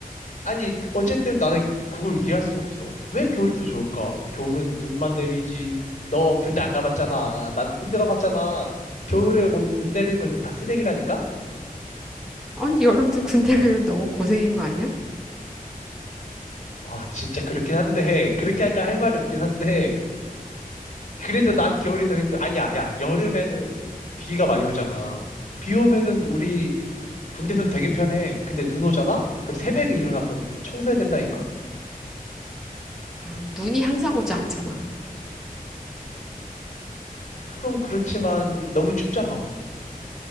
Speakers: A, on the left (about 50°); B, in the centre.
A: 아니, 어쨌든 나는 그걸 이해할 수가 없어. 왜 겨울이 더 좋을까? 겨울은 눈만 내리지. 너 군대 안 가봤잖아. 난 군대 가봤잖아. 겨울에 뭐 눈 내리는 거 다 쓰레기라니까?
B: 아니, 여름도 <laughs> 군대 가면 너무 고생인 거 아니야?
A: 아, 진짜 그렇긴 한데, 그렇게 할까 할 말이 없긴 한데, 그래도 난 겨울이 더 힘들어. 아니야, 야, 여름에는 비가 많이 오잖아. 비 오면은 우리 군대선 되게 편해. 근데 눈 오잖아? 그럼 새벽에 일어나서 청소해야 된다니까?
B: 아, 눈이 항상 오지 않잖아.
A: 그건 그렇지만 너무 춥잖아.